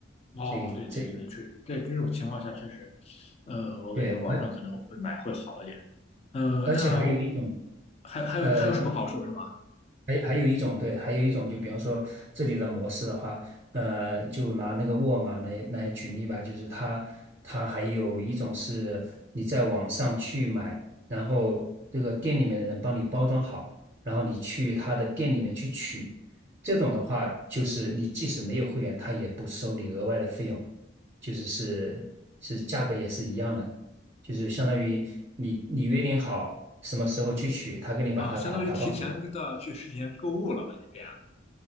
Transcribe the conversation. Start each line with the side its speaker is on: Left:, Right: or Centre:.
Left: 哦，
Right: 所以这
Left: 对对对，是在这种情况下确实，呃，我感觉网上可能会买会好一点。
Right: 对，而
Left: 呃，
Right: 而且还有一种，
Left: 那我还还有还有什么好处是吗？
Right: 呃，还还有一种对，还有一种就比方说这里的模式的话，呃，就拿那个沃尔玛来来举例吧，就是它它还有一种是你在网上去买，然后这个店里面的人帮你包装好，然后你去他的店里面去取，这种的话就是你即使没有会员，他也不收你额外的费用，就是是是价格也是一样的。就是相当于你你约定好什么时候去取，他给你把它打打包好，
Left: 啊、相当于提前的去实体店购物了吧？这样。